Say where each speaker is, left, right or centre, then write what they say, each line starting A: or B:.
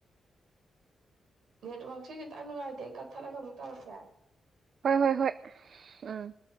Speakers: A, on the right; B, on the right.
A: ꯅꯦꯠꯋꯔꯛꯁꯦ ꯈꯤꯇꯪ ꯅꯨꯡꯉꯥꯏꯇꯦ ꯀꯛꯊꯠꯂꯒ ꯑꯃꯨꯛ ꯇꯧꯔꯛꯀꯦ
B: ꯍꯣꯏ ꯍꯣꯏ ꯍꯣꯏ ꯎꯝ